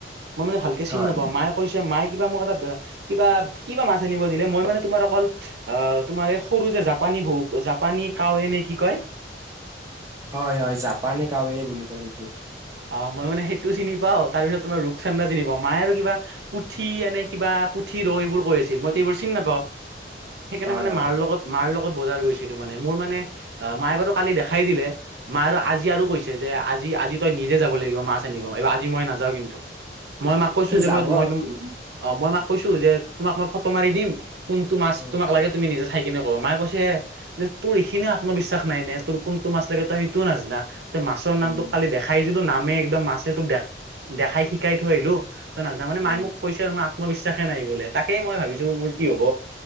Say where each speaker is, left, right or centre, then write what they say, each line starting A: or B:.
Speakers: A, on the right (about 70°); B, on the right (about 15°).
A: মই মানে ভালকে
B: হয়
A: চিনি নাপাওঁ মায়ে কৈছে মায় কিবা মোক এটা কিবা কিবা মাছ আনিব দিলে মই মানে তোমাৰ অকল আহ তোমাৰ এই সৰু যে জাপানী বৌ জাপানী কাৱে নে কি কয়?
B: হয় হয় জাপানে কাৱে বুলি কয় সেইটো
A: অ', ই মানেেইটোিনি পা তাৰ পিছত তোমাৰ ৰপচান্ন্দা চিনি পা মায়ে আৰু পুঠি এনে কিবা পুঠি ৰৌ এইবোৰ কৈ আছিল মইতো এইবোৰ চিনি নাপাও সেইকাৰণে
B: হয়
A: মানে
B: হয়
A: মাৰ লগত মাৰ লগত ব গ মানে মোৰ মানে মায়ে বাৰু কালি দেখাই দিলে মায় আৰু আজি আৰু কৈছে যেজিজি তই নিজে যাব লাগিব মাছ আনিব আজি মই নাযাও কিন্তু মই মাক কৈছো যে
B: যাব
A: মই মই ত অ', মই মাক কৈছো যে তোমাক মই ফটো মাৰি দিম কোনটো মাছ
B: উম
A: তোমাক লাগে তুমি নিজা ঠাই কিনে ক'ব মায়ে কৈছে যে তোৰ এইখিনিও আত্মবিশ্বাস নাই নে তোৰ কোনটো মা সেইটো নাজিনা তই মাছৰ নাম
B: উম
A: তোক কালি দেখাই দিলো নামে একদম মাছে তোক দে দেখাই শ শিকাই থৈ আহিলো ত নাজানা মানে মাই
B: উম
A: মোক কৈছে আৰু মোৰ আত্মবিশ্বাসে নাই বোলে তাকেই মই ভাবিছো মোৰ কি হব